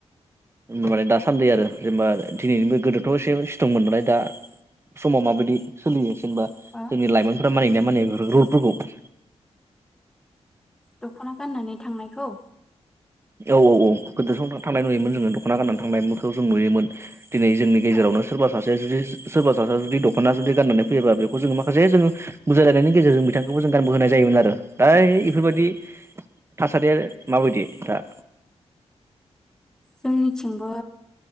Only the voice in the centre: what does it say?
औ
ओ
दख'ना गाननानै थांनायखौ?
औ
जोंनिथिंबो।